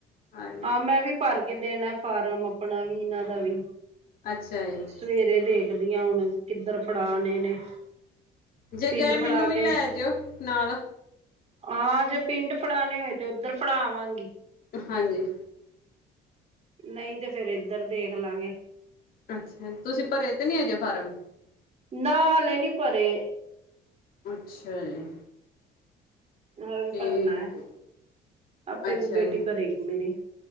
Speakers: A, on the left (about 60°); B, on the right (about 40°).
A: ਹਾਂਜੀ
B: ਆ, ਮੈਂ ਵੀ ਭਰ ਕੇ ਦੇਨਾ ਫਾਰਮ ਆਪਨਾ ਵੀ ਇਨਾਂ ਦਾ ਵੀ
A: ਅੱਛਾ ਜੀ।
B: ਸਵੇਰੇ ਦੇਖਦੀ ਆਂ ਹੁਨ ਕਿੱਧਰ ਫੜਾਨੇ ਨੇ।
A: ਜੇ
B: ਪਿੰਡ
A: ਗਏ, ਮੈਨੂੰ
B: ਫੜਾ
A: ਵੀ
B: ਕੇ
A: ਲੈ ਜੇਓ ਨਾਲ
B: ਹਾਂ, ਜੇ ਪਿੰਡ ਫੜਾਨੇ ਹੋਏ ਤੇ ਓਧਰ ਫੜਾ ਆਵਾਂਗੀ।
A: ਹਾਂਜੀ
B: ਨਈਂ ਤੇ ਫੇਰ ਏਧਰ ਦੇਖ ਲਾਂਗੇ।
A: ਅੱਛਾ, ਤੁਸੀਂ ਭਰੇ ਤੇ ਨੀ ਹਜੇ ਫਾਰਮ
B: ਨਾ ਹਲੇ ਨੀ ਭਰੇ
A: ਅੱਛਾ ਜੀ
B: ਹਲੇ
A: ਠੀਕ
B: ਭਰਨਾ ਐ ਆਪੇ
A: ਅੱਛਾ
B: ਬੇਟੀ
A: ਜੀ
B: ਭਰੇਗੀ ਮੇਰੀ